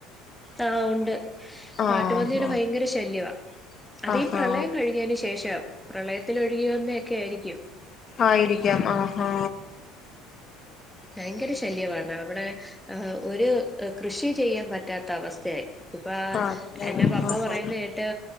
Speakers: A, in the centre; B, on the left.
A: ആ ഉണ്ട് കാട്ടുപന്നിയുടെ
B: ആഹാ
A: ഭയങ്കര ശല്യ അതീ
B: ആഹാ
A: പ്രളയം കഴിഞതിന് ശേഷം പ്രളയത്തിൽ ഒഴുകി വന്നൊക്കായിരിക്കും
B: ആയിരിക്കാം ആഹാ
A: ഭയങ്കര ശല്യവാണ് അവടെ ആ ഒരു കൃഷി ചെയ്യാൻ പറ്റ റ്റാത്തവസ്ഥയായി ഇപ്പാ
B: ആണല്ലേ
A: എന്റെ പാപ്പ
B: ആഹാ
A: പറയുന്നേട്ട്